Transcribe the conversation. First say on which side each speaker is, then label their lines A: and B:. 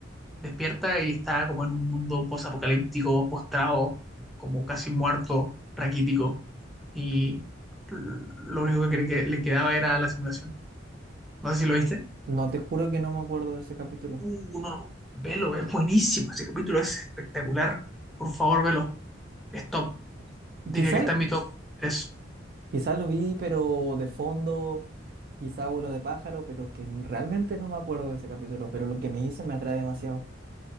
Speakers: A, in the centre; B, on the right (about 50°).
A: Despierta y está como en un mundo posapocalíptico, postrado, como casi muerto, raquítico. Y l- lo único que, cre- que le quedaba era la simulación. No sé si lo viste.
B: no te juro que no me acuerdo de ese capítulo.
A: Uh, no, velo, es buenísimo. Ese capítulo es espectacular. Por favor, velo. Es top. Diría
B: Quizás
A: que está en mi top tres
B: quizás lo vi, pero de fondo, quizá vuelo de pájaro, pero es que realmente no me acuerdo de ese capítulo, pero lo que me hice me atrae demasiado.